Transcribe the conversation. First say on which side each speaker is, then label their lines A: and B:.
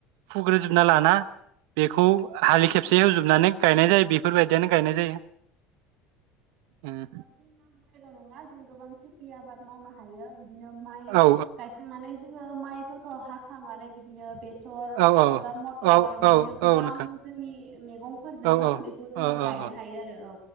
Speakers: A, on the right (about 80°); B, on the right (about 45°).
A: फुग्रोजोबना लाना बेखौ हालि खेबसे होजोबनानै गायनाय जायो बेफोरबायदियानो गायनाय जायो। उम
B: ओ‌ जोंना माइल' नङा जों गोबां खेथि आबाद मावनो हायो। बिदिनो माइ
A: औ
B: गायखांनानै जोङो माइ फोरखौ हाखांनानै बिदिनो बे सर
A: औ
B: एबा मटर
A: औ
B: बिदिनो
A: औ
B: गोबां
A: औ नोंथां
B: जोंनि मेगंफोर दोङो
A: औ औ
B: बेखौ जोङो
A: औ
B: गायनो
A: औ औ
B: हायो आरो औ।